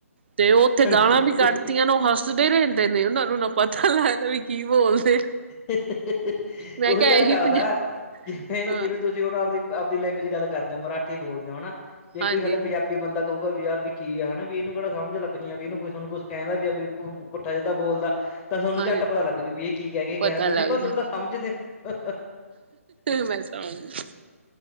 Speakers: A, on the right; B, on the left.
A: ਤੇ ਉਹ ਉੱਥੇ
B: ਹਾਂਜੀ।
A: ਗਾਲਾਂ ਵੀ ਕੱਢਤੀਆਂ ਨੇ, ਉਹ ਹੱਸਦੇ ਰਹਿੰਦੇ ਨੇ। ਉਹਨਾਂ ਨੂੰ ਨਾ ਪਤਾ ਲੱਗਦਾ, ਵੀ ਕੀ ਬੋਲਦੇ।
B: ਉਹੀ
A: ਮੈਂ ਕਿਹਾ
B: ਗੱਲ
A: ਇਹੀ
B: ਕਰਦਾ,
A: ਪੰਜਾ
B: ਜਿਵੇਂ-ਜਿਵੇਂ
A: ਹਾਂ
B: ਤੁਸੀਂ ਹੁਣ ਆਪਦੀ-ਆਪਦੀ ਲੈਂਗੁਏਜ ਗੱਲ ਕਰਦੇ ਹੋ ਮਰਾਠੀ ਬੋਲਦੇ ਹੋ ਹਨਾ, ਜੇ
A: ਹਾਂਜੀ
B: ਕੋਈ ਸਾਡਾ ਪੰਜਾਬੀ ਬੰਦਾ- ਕਹਊਗਾ ਵੀ ਯਾਰ ਵੀ ਕੀ ਹੈ ਹਨਾ ਵੀ ਇਹਨੂੰ ਕਿਹੜਾ ਸਮਝ ਲੱਗਣੀ ਆ ਵੀ। ਇਹਨੂੰ ਕੁਛ ਨੂੰ ਕੁਛ ਕਹਿੰਦਾ ਵੀ ਕੋਈ ਪੁੱਠਾ ਸਿਦਾ ਬੋਲਦਾ ਤਾਂ ਤੁਹਾਨੂੰ
A: ਹਾਂਜੀ
B: ਝੱਟ ਪਤਾ ਲੱਗਜੁ, ਇਹ ਕੀ ਕਹਿ ਕੇ ਗਿਆ।
A: ਪਤਾ
B: ਤੁਸੀਂ
A: ਲੱਗ
B: ਕੁੱਝ
A: ਜਾ
B: ਤਾਂ ਸਮਝਦੇ ਹੋ।
A: ਮੈਂ ਸਮਝ ਗਈ